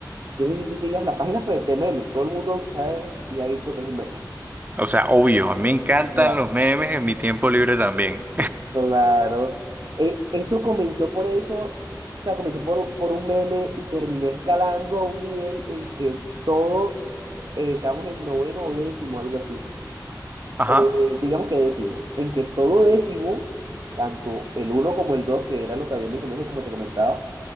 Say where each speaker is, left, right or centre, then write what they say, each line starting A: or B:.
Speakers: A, on the right; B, on the right.
A: Yo no sé si tú sigas las páginas, pues, de memes. Todo el mundo sabe y ha visto que es un meme.
B: O sea, obvio, a mí me encantan
A: Claro.
B: los memes en mi tiempo libre también.
A: Claro. Eh, eso comenzó por eso. O sea, comenzó por, por un meme y terminó escalando a un nivel en que todo eh, estábamos en noveno o décimo, algo así.
B: <laughs> Ajá,
A: Eh, digamos que décimo, en que todo décimo, tanto el uno como el dos, que era lo que había en mi colegio, como te comentaba,